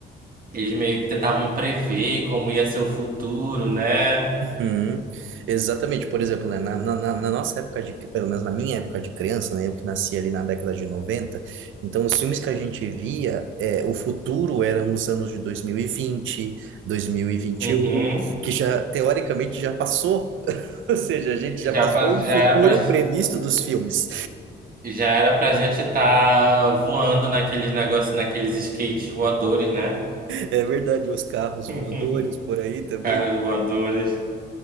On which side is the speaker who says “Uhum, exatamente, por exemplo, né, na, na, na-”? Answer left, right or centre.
Right